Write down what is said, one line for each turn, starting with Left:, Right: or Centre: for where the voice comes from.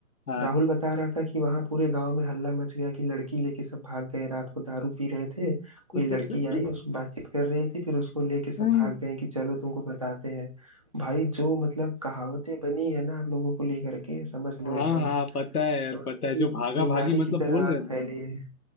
Left: हाँ
Right: राहुल बता रहा था कि वहां पूरे गांव में हल्ला मच गया कि लड़की लेके सब भाग गए रात को दारू पी रहे थे
Left: <laughs>
Right: कोई लड़की आई उसको बातचीत कर रही थी फिर उसको लेके सब
Left: हाँ
Right: भाग गए कि चलो तुमको बताते हैं भाई जो मतलब कहावतें बनी है ना आप लोगों को लेकर के समझ लो
Left: हाँ
Right: एकदम
Left: हाँ, पता है
Right: समझ
Left: यार पता
Right: लो
Left: है
Right: कि
Left: जो भागा
Right: चिंगारी
Left: भागी मतलब
Right: की तरह
Left: बोल
Right: आग
Left: रहे हैं
Right: फैली है